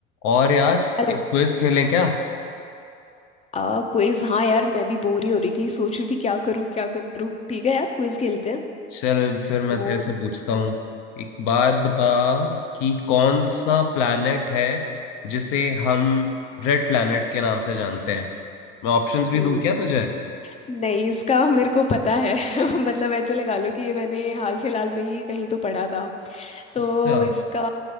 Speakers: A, on the left; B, on the left.
A: और यार
B: Hello
A: एक क्विज खेलें क्या
B: आ quiz हाँ यार मैं भी बोर ही हो रही थी सोच रही थी क्या करूँ क्या करूँ ठीक है यार क्विज खेलते हैं
A: चल फिर मैं
B: तो
A: तेरे से पूछता हूँ एक बात बता कि कौन सा प्लैनेट है जिसे हम रेड प्लैनेट के नाम से जानते हैं मैं ऑप्शंस भी
B: हम्म
A: दूं क्या तुझे
B: नहीं इसका मेरे को पता है <laughs> मतलब ऐसे लगा लो कि ये मैंने हाल फिलहाल में ही कहीं तो पढ़ा था तो
A: अच्छा।
B: इसका